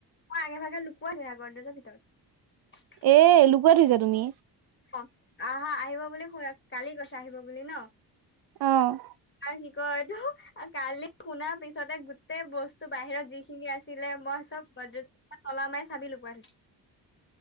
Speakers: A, on the left (about 30°); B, on the right (about 60°).
A: মই আগে ভাগে লুকোৱা ছগৰজৰ ভিতৰত
B: এ লুকুৱাই থৈছা তুমি?
A: অ', হা আহিবা বুলি ক কালি কছ আহিব বুলি ন
B: অ'।
A: কি কয় এইটো কালি শুনাৰ পিছতে গোটেই বস্তু বাহিৰত যিখিনি আছিল ছিলে মই চব বদ্ৰজ পৰা তলা মাৰি চাবি লগব ধছো